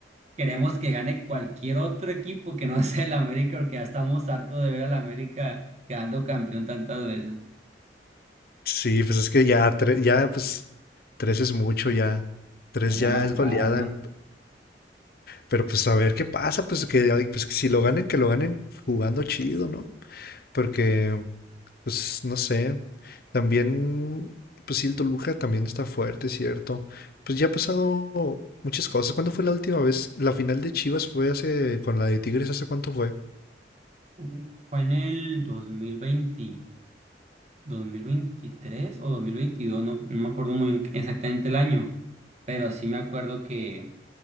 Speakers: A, on the right; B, on the left.
A: queremos que gane cualquier otro equipo que no <laughs> sea el América, porque ya estamos hartos de ver al América quedando campeón tantas veces.
B: Sí, pues es que ya, tres, ya, pues, tres es mucho ya. Tres
A: Son demasiadas,
B: ya es goleada,
A: ¿no?
B: pero pues a ver qué pasa, pues que, ay, pues que si lo ganen, que lo ganen jugando chido, ¿no? Porque, pues, no sé. También, pues sí, el Toluca también está fuerte, ¿cierto? Pues ya ha pasado muchas cosas. ¿Cuándo fue la última vez? La final de Chivas fue hace, con la de Tigres, ¿hace cuánto fue?
A: Ujú. Fue en el dos dos mil veinte, dos mil veintitrés o 2022 no, no me acuerdo muy bien exactamente el año, pero sí me acuerdo que